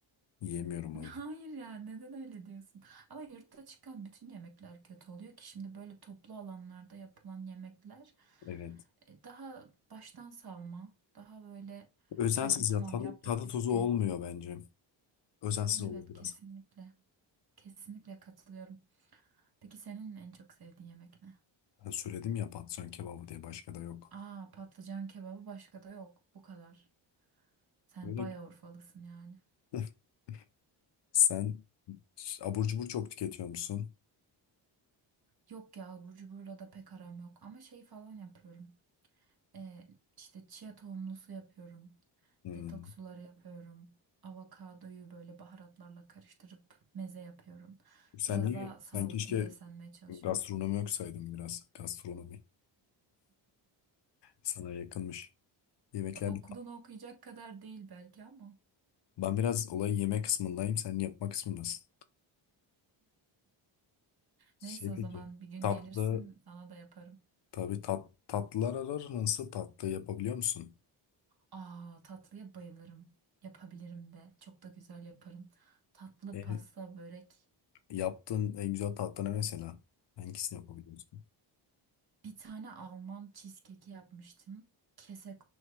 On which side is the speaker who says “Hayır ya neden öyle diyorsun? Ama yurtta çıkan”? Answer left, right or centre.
Right